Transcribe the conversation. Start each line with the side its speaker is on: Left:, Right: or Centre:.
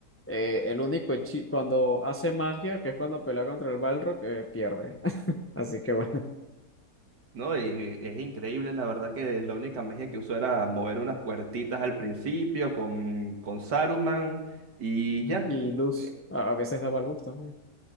Left: eh, el único hechi- cuando hace magia, que es cuando pelea contra el Balrog, eh, pierde. <laughs> Así que bueno.
Right: No, y es increíble, la verdad que la única magia que usó era mover unas puertitas al principio con, con Saruman y ya.
Left: Y luz,
Right: Eh,
Left: a, a veces daba luz también.